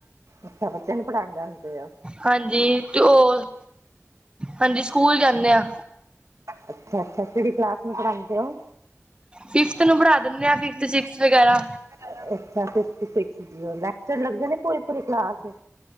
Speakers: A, on the right; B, on the right.
A: ਅੱਛਾ, ਬੱਚਿਆ ਨੂੰ ਪੜ੍ਹਾਣ ਜਾਂਦੇ ਔ
B: ਹਾਂਜੀ ਤੇ ਉਹ ਹਾਂਜੀ ਸਕੂਲ ਜਾਣੇ ਆ
A: ਅੱਛ-ਅੱਛਾ ਕਿਹੜੀ ਕਲਾਸ ਨੂੰ ਪੜ੍ਹਾਂਦੇ ਹੋ
B: ਫਿਫਥ ਨੂੰ ਪੜ੍ਹਾ ਦਿੰਣੇ ਹਾਂ, ਫਿਫੱਥ, ਸਿਕਸ ਵਗੈਰਾ
A: ਅੱਛਾ, ਫਿਫੱਥ, ਸਿਕਸਥ ਲੈਕਚਰ ਲੱਗਦੇ ਨੇ ਪੂਰੀ-ਪੂਰੀ ਕਲਾਸ ਦੇ